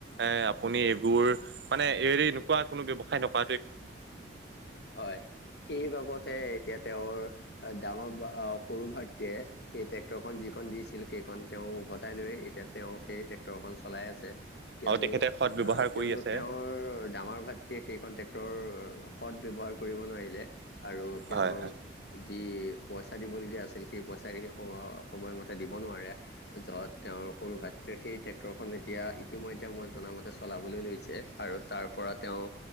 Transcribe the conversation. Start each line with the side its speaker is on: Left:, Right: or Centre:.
Right: এ আপুনি এইবোৰ মানে এৰি নুকোৱা কোনো ব্যৱসায় নক
Left: হয় সেই বাবদ এ এতিয়া তেওঁৰ ডাঙৰ সৰু ভাইটিয়ে সেই ট্ৰেক্টৰখন যিখন দিছিল সেই খন তেওঁ উভতাই লৈ, এতিয়া তেওঁ সেই ট্ৰেক্টৰখন চলাই আছে। কিয়নো
Right: আৰু তেখেতে সৎ ব্যৱহাৰ
Left: অহ, কিয়নো
Right: কৰি আছে
Left: তেওঁৰ ডাঙৰ ভাতৃক সেইখন ট্ৰক্ট সৎ ব্যৱহাৰ কৰিব নোৱাৰিলে, আৰু তেওঁৰ
Right: হয় হয়
Left: যি পইচা দিবলগীয়া আছিল, সেই পইচাখিনি সম-সময়মতে দিব নোৱাৰে। য'ত তেওঁৰ সৰু ভাতৃ সেই ট্ৰেক্টৰখন এতিয়া ইতিমধ্যে মই জনামতে চলাবলৈ লৈছে, আৰু তাৰ পৰা তেওঁ